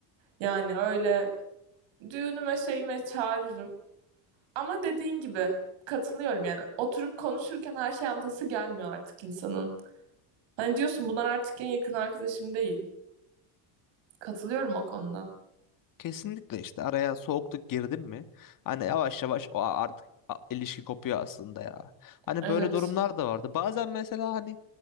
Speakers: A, on the right; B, on the left.
A: Yani öyle düğünüme şeyime çağırırım. Ama dediğin gibi katılıyorum yani oturup konuşurken her şey anlatası gelmiyor artık insanın. Hani diyorsun bunlar artık en yakın arkadaşım değil. Katılıyorum o konuda.
B: Kesinlikle işte araya soğukluk girdin mi? Hani yavaş yavaş o artık a- ilişki kopuyor aslında ya. Hani
A: Evet.
B: böyle durumlar da vardı. Bazen mesela hani